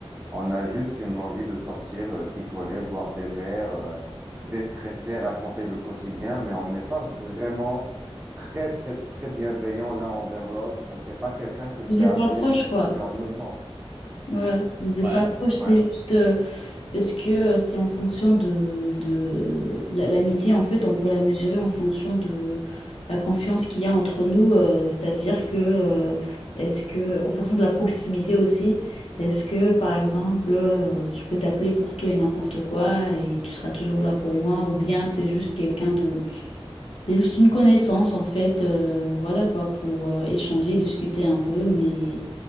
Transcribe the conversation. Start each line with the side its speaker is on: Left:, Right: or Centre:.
Right: on a juste une envie de sortir, euh, picoler, boire des verres, euh, déstresser, raconter le quotidien, mais on n'est pas vraiment très, très, très bienveillant l'un envers l'autre. C'est pas quelqu'un que je
Left: Vous
Right: vais
Left: êtes
Right: appeler
Left: pas proches,
Right: si
Left: quoi.
Right: je suis en urgence.
Left: Voilà, vous n'êtes
Right: Ouais.
Left: pas proche, c'est
Right: Ouais.
Left: juste euh, parce que euh, c'est en fonction de, de... la- l'amitié, en fait, on peut la mesurer en fonction de la confiance qu'il y a entre nous, euh, c'est-à-dire que, euh, est-ce que, en fonction de la proximité aussi, est-ce que, par exemple, euh, je peux t'appeler pour tout et n'importe quoi et tu seras toujours là pour moi, ou bien t'es juste quelqu'un de... T'es juste une connaissance, en fait, euh, voilà quoi, pour euh, échanger, discuter un peu, mais